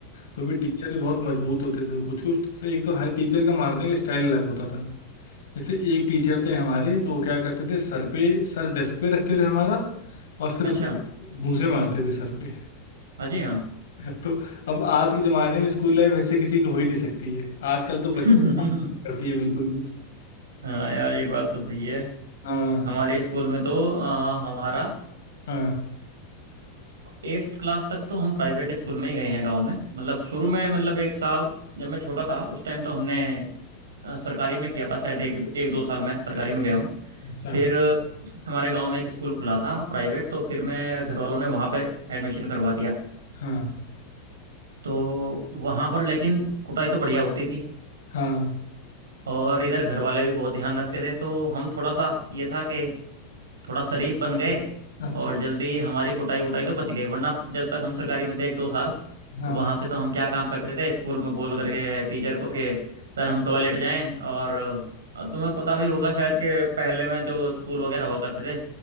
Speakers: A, on the left; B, on the right.
A: तो भी टीचर भी बहुत मजबूत होते थे कुछ कुछ से एक तो हर टीचर का मारने का स्टाइल अलग होता था जैसे एक टीचर थे हमारे तो वो क्या करते थे सर पे सर डेस्क पे रखते थे हमारा और फिर
B: अच्छा
A: उसमें घूंसे मारते थे सर पे
B: हाँ जी
A: <laughs> तो अब आज के जमाने में स्कूल लाइफ वैसे किसी की हो ही नहीं सकती है आजकल तो
B: हाँ
A: बच्चे
B: <laughs>
A: करती है बिल्कुल भी
B: हाँ यार ये बात तो सही है
A: हाँ
B: हमारे स्कूल में तो अ, हमारा
A: हाँ
B: एट्थ क्लास तक तो हम प्राइवेट स्कूल में ही गए हैं गांव में मतलब शुरू में मतलब एक साल जब मैं छोटा था उस टाइम तो हमने अ, सरकारी में किया था शायद एक एक दो साल मैं सरकारी में गया हूँ
A: अच्छा
B: फिर हमारे गांव में एक स्कूल खुला था प्राइवेट तो फिर मैं घर वालों ने वहाँ पे एडमिशन करवा दिया
A: हाँ
B: तो वहाँ पर लेकिन कुटाई तो बढ़िया होती थी
A: हाँ
B: और इधर घर वाले भी बहुत ध्यान रखते थे तो हम थोड़ा सा ये था कि थोड़ा शरीफ बन गए
A: अच्छा
B: और जल्दी हमारी कुटाई वुटाई तो बच गई वरना जब तक हम सरकारी में थे एक दो साल
A: हाँ
B: तो वहां से तो हम क्या काम करते थे स्कूल में बोल करके टीचर को कि सर हम टॉयलेट जाएं और तुम्हें पता भी होगा शायद कि पहले में जो स्कूल वगैरह हुआ करते थे